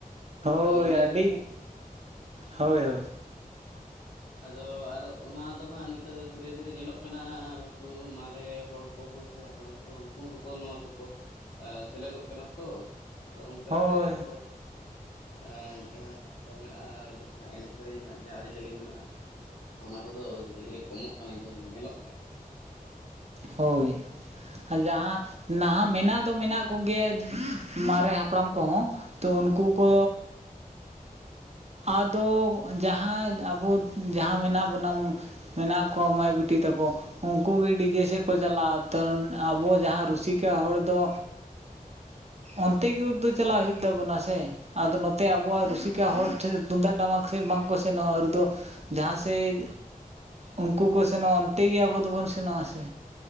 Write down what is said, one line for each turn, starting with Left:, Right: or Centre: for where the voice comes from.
Right: ᱦᱳᱭᱻᱟᱹᱰᱤ,
Left: ᱟᱫᱚ ᱤᱱᱟᱹᱜᱮ ᱦᱟᱸᱜ
Right: ᱦᱳᱭ ᱦᱳᱭ
Left: ᱟᱫᱚᱻ ᱟᱨ ᱚᱱᱟ ᱫᱚ ᱦᱟᱸᱜ ᱱᱤᱛᱚᱜ ᱫᱚ ᱫᱷᱤᱨᱮ ᱫᱷᱤᱨᱮ ᱧᱮᱞᱚᱜ ᱠᱟᱱᱟ ᱩᱱᱠᱩᱻ ᱢᱟᱨᱮ ᱦᱚᱲ ᱠᱚᱦᱚᱸ ᱥᱮ ᱦᱟᱯᱲᱟᱢ ᱠᱚ ᱩᱱᱠᱩ ᱦᱚᱸᱠᱚ ᱱᱚᱣᱟ ᱠᱚᱠᱚ, ᱥᱮᱞᱮᱫᱚᱜ ᱠᱟᱱᱟ ᱛᱚ ᱟᱫᱚ ᱚᱱᱠᱟᱛᱮ
Right: ᱦᱳᱭ
Left: ᱟᱵᱚᱣᱟᱜ ᱮ ᱡᱟᱦᱟᱸ ᱥᱟᱶᱛᱟ ᱢᱮᱱᱟᱜᱼᱟ ᱡᱟᱦᱟᱸ ᱮᱱᱮᱡ ᱥᱮᱨᱮᱧ ᱨᱮᱱᱟᱜ ᱡᱟᱦᱟᱸ ᱟᱹᱨᱤᱪᱟᱹᱞᱤ ᱢᱮᱱᱟᱜᱼᱟ ᱚᱱᱟ ᱠᱚᱫᱚ ᱫᱷᱤᱨᱮ ᱫᱷᱤᱨᱮ ᱠᱚᱢᱚᱜ ᱠᱟᱱᱟ ᱡᱮ, ᱧᱮᱞᱚᱜ ᱠᱟᱱᱟ
Right: ᱦᱳᱭ ᱟᱨ ᱡᱟᱦᱟᱸ ᱱᱟᱦᱟᱜ ᱢᱮᱱᱟᱜ ᱫᱚ ᱢᱮᱱᱟᱜ ᱠᱚᱜᱮᱭᱟ, ᱢᱟᱨᱮ ᱦᱟᱯᱲᱟᱢ ᱠᱚᱦᱚᱸ ᱛᱚ ᱩᱱᱠᱩ ᱠᱚ ᱟᱫᱚᱻᱡᱟᱦᱟᱸ ᱟᱵᱚ ᱡᱟᱦᱟᱸ ᱢᱮᱱᱟᱜ ᱵᱚᱱᱟ ᱢᱮᱱᱟᱜ ᱠᱚᱣᱟ ᱢᱟᱹᱭ ᱵᱤᱴᱤ ᱛᱟᱠᱚ ᱩᱱᱠᱩᱩᱜ ᱜᱮ ᱰᱤᱡᱮ ᱥᱮᱫ ᱠᱚ ᱪᱟᱞᱟᱜᱼᱟ ᱛᱚ ᱟᱵᱚ ᱡᱟᱦᱟᱸ ᱨᱩᱥᱤᱠᱟ ᱦᱚᱲ ᱫᱚ ᱚᱱᱛᱮ ᱜᱮ ᱩᱨᱫᱚ ᱪᱟᱞᱟᱜ ᱦᱩᱭᱩᱜ ᱛᱟᱵᱚᱱᱟ ᱥᱮ ᱟᱫᱚ ᱱᱚᱛᱮ ᱟᱵᱚᱣᱟᱜ ᱨᱩᱥᱤᱠᱟ ᱦᱚᱲ ᱴᱷᱮᱱ ᱛᱩᱢᱫᱟᱜ ᱴᱟᱢᱟᱠ ᱥᱮ ᱵᱟᱝ ᱠᱚ ᱥᱮ ᱱᱚᱣᱟ ᱨᱩᱫᱚ ᱡᱟᱦᱟᱸ ᱥᱮᱫ ᱩᱱᱠᱩ ᱠᱚ ᱥᱮᱱᱚᱜᱼᱟ ᱚᱱᱛᱮ ᱜᱮ ᱟᱵᱚ ᱫᱚᱵᱚᱱ ᱥᱮᱱᱚᱜᱼᱟ ᱥᱮ